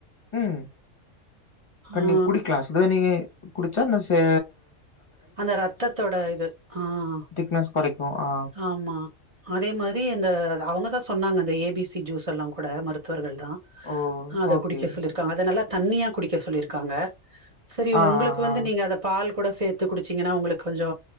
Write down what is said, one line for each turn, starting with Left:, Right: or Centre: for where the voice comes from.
Left: ம் தண்ணி
Right: ஆ
Left: குடிக்லா சுடு தண்ணியே குடிச்சா ந சே
Right: அந்த ரத்தத்தோட இது அ அ
Left: திக்னஸ் குறைக்கும். ஆ.
Right: ஆமா அதே மாரி இந்த அவங்கதா சொன்னாங்க அந்த ஏ பி சி ஜூஸ் எல்லா கூட மருத்துவர்கள் தா
Left: ஓ!
Right: அத
Left: ஓகே.
Right: குடிக்க சொல்லிருக்காங்க அத நல்லா தண்ணியா குடிக் க சொல்லிருக்காங்க செரி
Left: ஆ,
Right: உங்ளுக்கு
Left: ஆ,
Right: வந்து
Left: ஆ.
Right: நீங்க அத பால் கூட சே த்து குடிச்சீங்கன்னா உங்குளுக் கொஞ்சோ